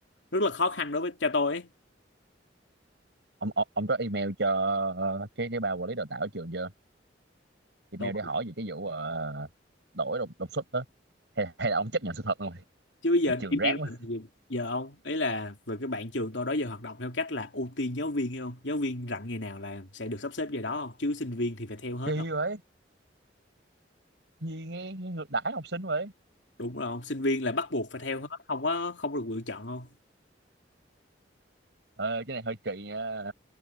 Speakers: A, on the left; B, on the right.
A: rất là khó khăn đối với cho tôi ấy
B: ông, ông ông có email cho ờ, cái cái bà quản lý đào tạo ở trường chưa email
A: tôi
B: để hỏi về cái vụ ờ, đổi đột đột xuất đó hay, hay là ông chấp nhận sự thật rồi
A: chứ bây giờ
B: là trường
A: email
B: rác quá
A: làm gì giờ ông ấy là về cái bạn trường tôi đó giờ hoạt động theo cách là ưu tiên giáo viên hiểu không giáo viên rảnh ngày nào là sẽ được sắp xếp giờ đó không chứ sinh viên thì phải theo hết
B: kỳ
A: không
B: vậy gì nghe, nghe ngược đãi học sinh vậy
A: đúng rồi không sinh viên là bắt buộc phải theo hết không có không có được lựa chọn không
B: ờ, cái này hơi kỳ nha